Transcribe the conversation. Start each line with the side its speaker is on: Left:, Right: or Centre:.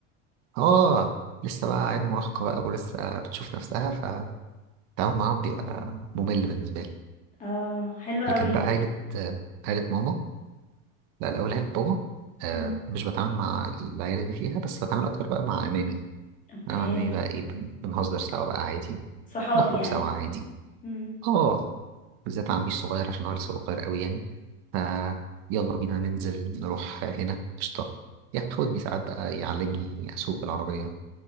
Right: آه لسه بقى عيل مراهقة بقى ولسه بتشوف نفسها فالتعامل معاهم بيبقى ممل بالنسبة لي
Left: اه حلوة قوي
Right: لكن بقى عيلة آه، عيلة ماما لا الأول عيلة بابا آه،
Left: مم.
Right: مش بتعامل مع العيال اللي فيها بس بتعامل أكتر بقى مع عمامي
Left: اوكي
Right: انا وعمامي بقى ايه بن- بنهزر سوا بقى عادي
Left: صحاب
Right: نخرج
Left: يعني
Right: سوا عادي
Left: مم.
Right: اه بالذات عمي الصغير عشان هو لسه صغير قوي يعني ف يلا بينا ننزل نروح هنا قشطة ياخدني ساعات بقى يعلمني اسوق بالعربية